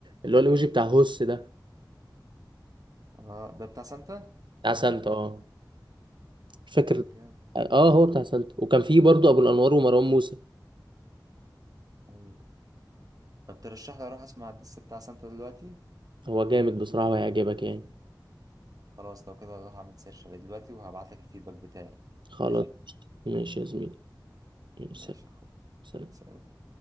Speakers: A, on the right (about 85°); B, on the right (about 50°).
A: اللي هو الايموجي بتاع هوس ده
B: اه ده بتاع سانتا
A: بتاع سانتا اه مش فاكر
B: طب جامد
A: اه هو بتاع سانتا وكان فيه برضو ابو الانوار ومروان موسى
B: ايوه طب ترشح لي اروح اسمع الدس بتاع سانتا دلوقتي
A: هو جامد بصراحة وهيعجبك يعني
B: خلاص لو كده هروح اعمل سيرش عليه دلوقتي وهبعت لك الفيدباك بتاعي
A: خلاص
B: ماشي
A: ماشي يا زميلي سلام
B: ماشي يا اخويا
A: سلام.
B: سلام.